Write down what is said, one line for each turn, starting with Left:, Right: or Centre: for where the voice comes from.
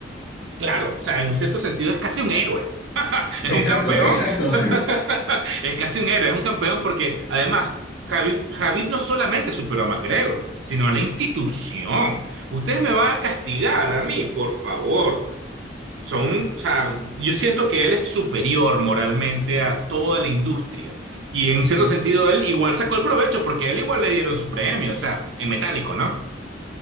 Right: Claro, o sea, en un cierto sentido es casi un héroe. <laughs> Es un
Left: Exacto,
Right: campeón.
Left: exacto. <laughs>
Right: <laughs> Es casi un héroe, es un campeón porque además... Javib, Javib no solamente superó a McGregor, sino a la institución. Ustedes me van a castigar a mí, por favor. Son un, o sea, yo siento que él es superior moralmente a toda la industria. Y en un cierto
Left: Sí,
Right: sentido,
Left: sí.
Right: él igual sacó el provecho porque a él igual le dieron su premio, o sea, en metálico, ¿no?